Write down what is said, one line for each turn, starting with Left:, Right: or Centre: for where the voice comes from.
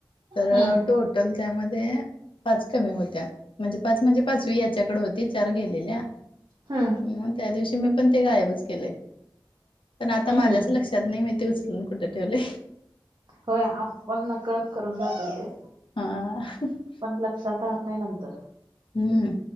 Left: तर
Right: हम्म
Left: टो टल त्यामध्ये, पाच कमी होत्या, म्हणजे पाच म्हणजे पाचवी याच्याकडे हो ती चार गेलेल्या.
Right: हा.
Left: म त्या दिवशी मी पण ते गायबच केलय. पण आता माझ्याच
Right: हम्म
Left: लक्षात नाही मी ते उचलून कुठे ठेवलय?
Right: होय आपण न कळत करून जातोय ते.
Left: हा.
Right: पण लक्षात राहात नाही नंतर.
Left: हम्म,